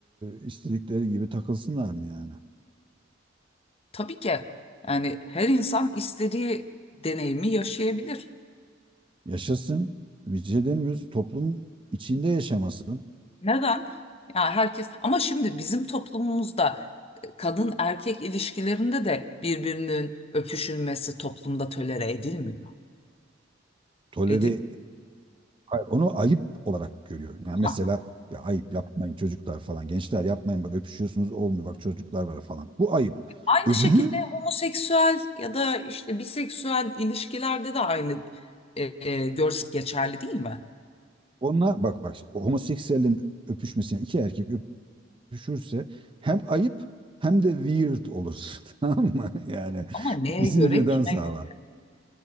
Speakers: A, on the right; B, on the left.
A: e, istedikleri gibi takılsınlar mı yani?
B: Tabii ki yani her insan istediği deneyimi yaşayabilir.
A: Yaşasın. Bir şey demiyoruz. Toplum içinde yaşamasın.
B: Neden? Ya herkes ama şimdi bizim toplumumuzda e, kadın erkek ilişkilerinde de birbirinin öpüşülmesi toplumda tolere edilmiyor.
A: Toleri
B: Edilmiyor.
A: hayır, onu ayıp olarak görüyor. Yani mesela
B: Ha,
A: ya ayıp yapmayın çocuklar falan. Gençler yapmayın bak öpüşüyorsunuz olmuyor. Bak çocuklar var falan. Bu ayıp.
B: Aynı
A: Öbürü
B: şekilde homoseksüel ya da işte biseksüel ilişkilerde de aynı e, e, görsel geçerli değil mi?
A: onlar bak bak homoseksüellerin öpüşmesine iki erkek düşürse hem ayıp hem de weird olur. <laughs> Tamam mı? Yani
B: Ama neye
A: ikisini
B: göre,
A: birden
B: kime
A: sağlar.
B: göre?